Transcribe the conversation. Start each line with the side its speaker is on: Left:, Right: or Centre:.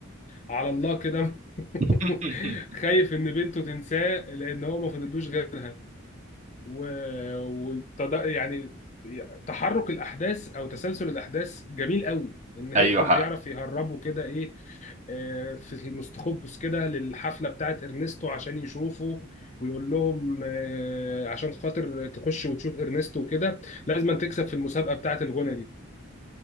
Left: على الله كده
Right: <laughs>
Left: <laughs> خايف ان بنته تنساه لان هو ما فضلوش غيرها و... وتد... يعني تحرك الاحداث او تسلسل الاحداث جميل قوي ان هيكتور
Right: ايوه حق
Left: بيعرف يهربه كده ايه آه، في المستخبس كده للحفلة بتاعت إرنستو عشان يشوفه ويقول لهم آه، عشان خاطر تخش وتشوف إرنستو وكده لازم تكسب في المسابقة بتاعت الغنى دي